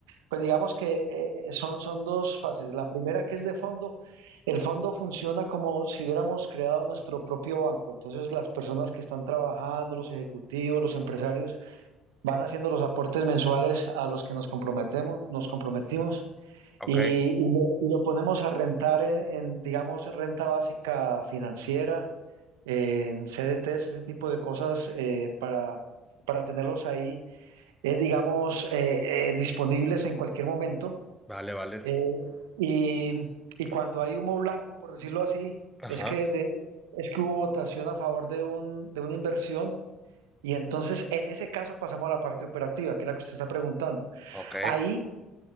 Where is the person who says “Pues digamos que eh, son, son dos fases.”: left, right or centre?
Right